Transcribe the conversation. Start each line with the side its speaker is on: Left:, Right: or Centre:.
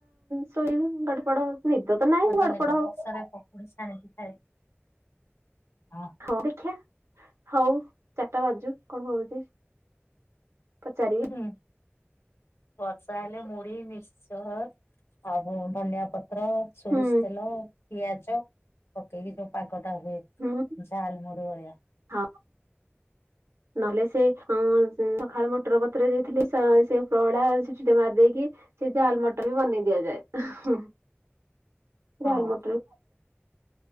Right: ଶୋଇକି ଗଡ ପଡ ହଉଚି। ନିଦ ତ ନାହିଁ
Left: ମଜା
Right: ଗଡପଡ
Left: ଲାଗିବ
Right: ହଉ
Left: <inaudible> ହଁ।
Right: ହଉ ଦେଖିବା ହଉ ଚାରିଟା ବାଜୁ କଣ ହଉଛି ପଚାର
Left: ହଁ ବର୍ଷା ହେଲେ ମୁଢ ମିସ୍କଚର୍ ଆଉ ଧନିଆ ପତ୍ର ପତ୍ର ସୋରିଷ
Right: ହୁଁ
Left: ତେଲ ପିଆଜ ପକେଇକି ଯୋଉ ପାଗଟା ହୁଏ।
Right: ହୁଁ
Left: ଝାଲେ ମୁଡିିଭଳିଆ।
Right: ହଁ।
Left: ହଁ
Right: ନହେଲେ ସେ ସକାଳେ ମଟର ପତୁରେ ଦେଇଥିଲି ସେ ପଳା ସେଟି ଟେ ମାରି ଦେଇେଇକି ସେ ଝାଲ ମଟର ବି ବନେଇ ଦିଆଯାଏ।
Left: ହଁ।
Right: ଝାଲ ମଟର